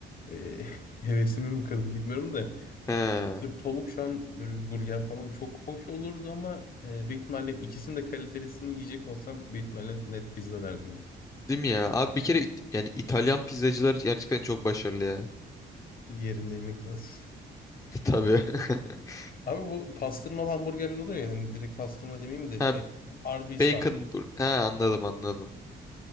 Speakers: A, on the left (about 45°); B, on the left (about 15°).
A: e, <laughs> hevesimi mi kırdı bilmiyorum da
B: He,
A: bir tavuk şu an böyle bir burger falan çok hoş olurdu ama e, büyük ihtimalle ikisinin de kalitelisini yiyecek olsam büyük ihtimalle net pizza derdim.
B: değil mi ya? Abi bir kere İt- yani İtalyan pizzacılar gerçekten çok başarılı ya.
A: Bir yerinde yemek lazım.
B: <laughs> Tabii. <laughs>
A: Abi bu pastırmalı hamburgerler oluyor ya hani direkt pastırma demeyeyim de
B: Ha,
A: şey Arby's
B: bacon
A: tarzı.
B: bur- he anladım anladım.